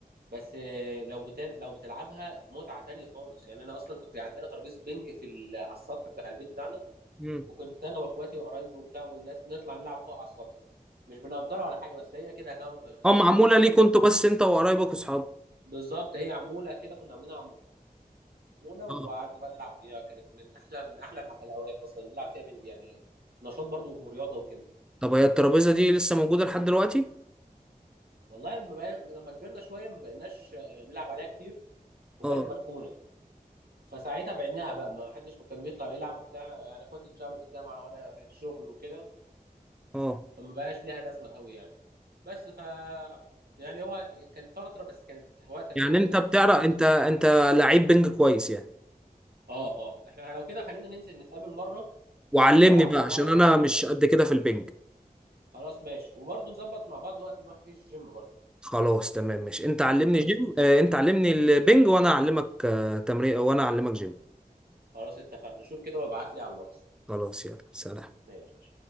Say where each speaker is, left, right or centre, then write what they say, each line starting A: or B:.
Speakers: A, on the right; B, in the centre.
A: بس آه، لو بتل... لو بتلعبها متعه تانية خالص يعني انا اصلا كنت عندنا ترابيزه بينج في ال... على السطح بتاع البيت بتاعنا
B: مم.
A: وكنت انا واخواتي وقرايبي وبتاع والناس نطلع نلعب فوق على السطح مش بنأجرها ولا حاجه بس هي كده غو... غاوي
B: اه معمولة
A: لعب
B: ليك انتوا بس انت وقرايبك واصحابك
A: بالظبط هي عموله كده كنا عاملينها عموله وقعدنا
B: اه
A: بقى نلعب بيها كانت من احلى من احلى الح- الاوقات اصلا نلعب فيها بنج يعني نشاط برضو ورياضه وكده
B: طب هي الترابيزة دي لسه موجودة لحد دلوقتي؟
A: والله لما بقى... لما كبرنا شويه ما بقيناش آه، نلعب عليها كتير وبقت
B: اه
A: مركونه فساعتها بعناها بقى ما حدش كان بيطلع يلعب وبتاع يعني اخواتي انشغلوا في الجامعه وانا في الشغل وكده
B: اه
A: فما بقاش ليها لازمه قوي يعني بس ف يعني هو كانت فتره بس كانت وقت حلو
B: يعني
A: جدا
B: انت بتعرف
A: قضيناها في
B: انت
A: الافلام
B: انت لعيب بينج كويس يعني
A: اه اه احنا لو كده خلينا ننزل نتقابل مره
B: وعلمني
A: ونلعب
B: بقى
A: مع
B: عشان
A: بعض بقى
B: انا
A: اي
B: مش
A: حاجه
B: قد كده في البينج
A: خلاص ماشي وبرضه نظبط مع بعض وقت نروح فيه الجيم برضه
B: خلاص تمام ماشي انت علمني
A: ماشي
B: جيم اه انت علمني البينج وانا اعلمك اه تمرين وانا اعلمك جيم
A: خلاص اتفقنا شوف كده وابعت لي على الواتس
B: خلاص يلا سلام
A: ماشي